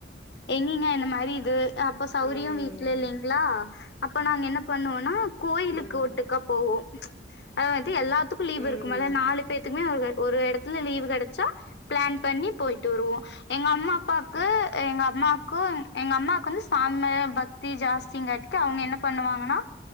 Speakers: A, on the left (about 60°); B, on the left (about 35°).
A: எங்கிங்க இந்த மாரி அது அப்ப சௌரியோ
B: ம்
A: வீட்ல இல்லைங்களா அப்ப நாங்க என்ன பண்ணுவோ ந கோயிலுக்கு
B: ம் ம்
A: ஒட்டுக்கா போவோ அது வந்து எல்லாத்துக்கு லீவுருக்குமுல
B: ம்
A: நாலு பேத்துக்குமே அது ஒரு இடத்துல லீவு் கெடச்சா பிளான் பண்ணி போயிட்டு வருவோ எங்க அம்மா அப்பாவுக்கு எங்க அம்மாக்கு எங்க அம்மாக்கு வந்து சாமி மேல பக்தி ஜாஸ்திங்ரங்காடிக்கு அவங்க என்ன பண்ணுவாங்கன்னா